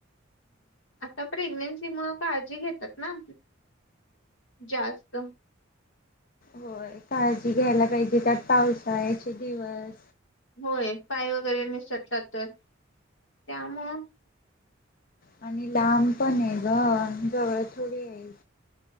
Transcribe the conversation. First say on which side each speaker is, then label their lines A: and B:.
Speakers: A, on the left (about 75°); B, on the left (about 45°).
A: आता प्रेग्नेन्सी मग काळजी घेतात ना जास्त.
B: होय काळजी घ्यायला पाहिजे त्यात पावसाळ्याचे दिवस.
A: होय पाय वगैरे मिसटला तर त्यामुळ.
B: आणि लांब पण आहे ग जवळ थोडी आहे.